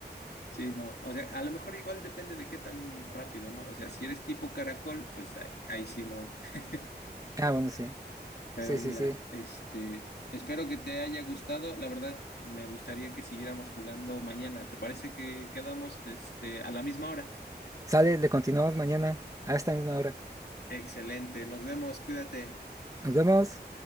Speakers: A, on the left; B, on the right.
A: Sí, no. O sea, a lo mejor igual depende de qué tan rápido, ¿no? O sea, si eres tipo caracol, pues ahí, ahí sí no. <laughs>
B: Ah, bueno, sí.
A: Pero
B: Sí, sí,
A: mira,
B: sí.
A: este, espero que te haya gustado. La verdad, me gustaría que siguiéramos jugando mañana. ¿Te parece que quedamos, este, a la misma hora?
B: Sale, le continuamos mañana a esta misma hora.
A: Excelente, nos vemos, cuídate.
B: Nos vemos.